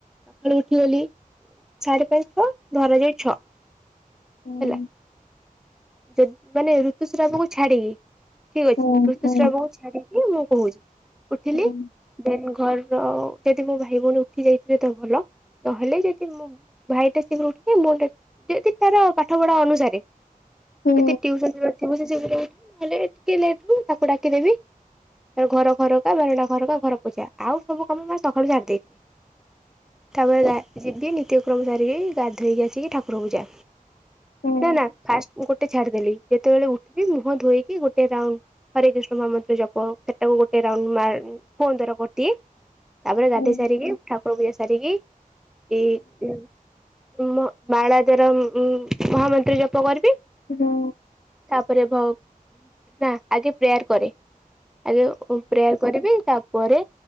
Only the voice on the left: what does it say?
ହଉ
ହୁଁ
ହୁଁ
ହୁଁ
ହୁଁ
ହୁଁ
ହୁଁ ହୁଁ
ହୁଁ।